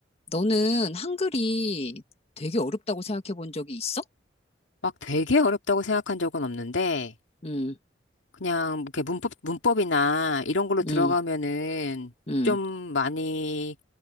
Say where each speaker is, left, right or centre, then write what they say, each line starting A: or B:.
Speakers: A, on the left; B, on the left.
A: 너는 한글이 되게 어렵다고 생각해 본 적이 있어?
B: 막 되게 어렵다고 생각한 적은 없는데,
A: 응,
B: 그냥 이렇게 문법, 문법이나 이런 걸로 들어가면은
A: 응, 응,
B: 좀 많이